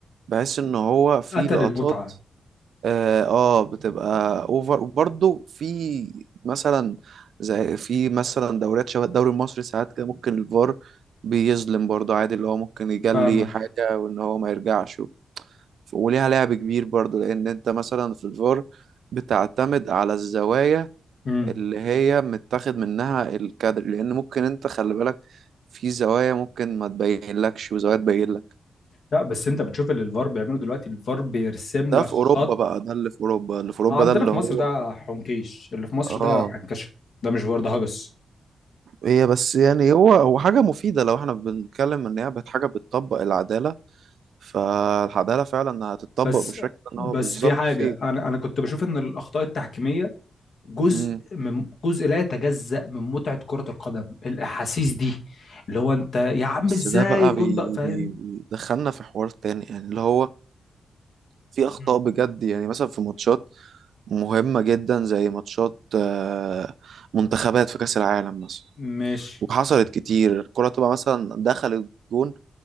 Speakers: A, on the right; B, on the left.
A: بحس ان هو في
B: قتل
A: لقطات
B: المتعه
A: اه آه، بتبقى اوفر وبرضه في مثلا زي في مثلا دوريات شبه الدوري المصري ساعات كده ممكن الفار بيظلم برضه عادي اللي هو ممكن يجلي
B: فاهمك
A: حاجة وان هو ما يرجعش و- وليها لعب كبير برضه لان انت مثلا في الفار بتعتمد على الزوايا
B: امم
A: اللي هي متاخد منها الكادر لان ممكن انت خلي بالك في زوايا ممكن ما تبين لكش وزوايا تبين لك
B: لا بس انت بتشوف اللي الفار بيعمله دلوقتي الفار بيرسم
A: ده
B: لك
A: في
B: خط
A: اوروبا بقى ده اللي في اوروبا اللي في اوروبا
B: عندنا
A: ده اللي
B: في
A: هو
B: مصر ده حنكيش اللي في مصر
A: اه
B: ده حنكشه ده مش فار ده هجس
A: هي بس يعني هو هو حاجة مفيدة لو احنا بنتكلم ان هي بت- حاجة بتطبق العدالة فالعدالة فعلا هتطبق
B: بس
A: بالشكل ان
B: بس
A: هو بالظبط
B: في حاجة
A: فيه
B: أنا أنا كنت بشوف إن الأخطاء التحكيمية جزء
A: مم.
B: من جزء لا يتجزأ من متعة كرة القدم الأحاسيس دي اللي هو أنت يا عم
A: بس
B: إزاي
A: ده بقى
B: الجون
A: بي
B: ده فاهم
A: بي بيدخلنا في حوار تاني يعني اللي هو في أخطاء
B: مم.
A: بجد يعني مثلا في ماتشات مهمة جدا زي ماتشات آه، منتخبات في كأس العالم مثلا
B: ماشي
A: وحصلت كتير الكرة تبقى مثلا دخلت جون